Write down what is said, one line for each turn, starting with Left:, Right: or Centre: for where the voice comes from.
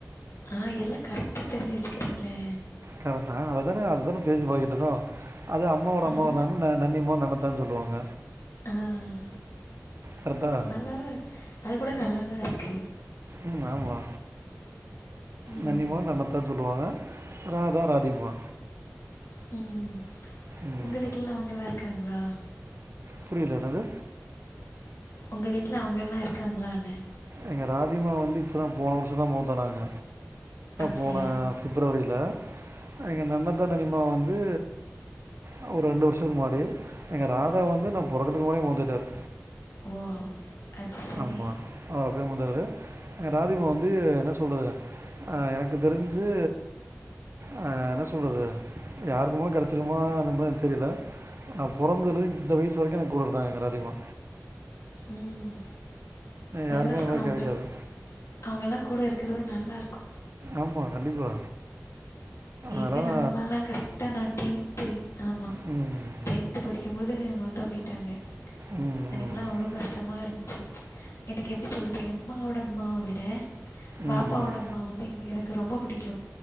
Left: ஆ எல்லா கரெக்டா தெரிஞ்சு வச்சுக்கிறீங்ளே
Right: கரனா அததான அததான பேசி பழிகிட்டு இருக்கோ அது அம்மாவோட
Left: ஆ
Right: அம்மாவார்ந்தா ன்ன நண்ணிமா நன்னத்தானு சொல்லுவாங்க
Left: ம்
Right: கரெக்டா
Left: நல்லா தா இருக் அது கூட நல்லா தா இருக்கு
Right: ம் ஆமா
Left: ம்
Right: நண்ணியமா நன்னத்தா சொல்லுவாங்க ராதா ராதிம்மா
Left: ம்
Right: ம்
Left: உங்க வீட்லலா அவங்கல்லா இருக்காங்ளா
Right: புரியல என்னது
Left: உங்க வீட்ல அவங்கல்லா இருக்காங்களாண்ண
Right: எங்க ராதிமா வந்து இப்போ தா போன வருஷ தா மௌத்தானாங்க
Left: அப்படியா
Right: போன பிப்ரவரியில எங்க நன்னத்த நனிமா வந்து அவுங்க ரெண்டு வருஷத்துக்கு முன்னாடி எங்க ராத வந்து நா பொறக்கத்துக்கு முன்னாடியே மௌத்தாய்டாரு
Left: ஓ அப் அது சரி
Right: ஆமா அவர் அப்யே மௌதாய்டாரு எங்க ராதிமா வந்து என்ன சொல்றது அ எனக்கு தெரிஞ்சு ஆ என்ன சொல்றது யாருக்குமா கெடைச்சிருமோ அதுமேர் தெரியில நா பொறந்திலேந்து இந்த வயசு வரைக்கு என கூட இர்தாங்க எங்க ராதிமா
Left: ம் நல்லா
Right: யாருக்குமே
Left: இருக்கு
Right: அந்த மாரி
Left: அவுங்கள்
Right: கெடைக்காது
Left: அவங்கல்லா கூட இருக்கிறது நல்லார்க்கு
Right: ஆமா கண்டிப்பா
Left: எங்க
Right: அதனால
Left: நல்லமலா கரெக்டா நா டென்த்து ஆமாம்
Right: ம்
Left: டென்த்து படிக் கம்போது மௌத்தா போயிட்டாங்க
Right: ம்
Left: எனக்குலா
Right: ம்
Left: அவ்ளோ கஷ்டமா இருந்து சி எனக்கு எப்டி சொல்றது எம்மாவோட அம்மாவ விட வாப்பாவோ
Right: ம் ம்
Left: டம்மா வந்து எனக்கு ரொம்ப பிடிக்கு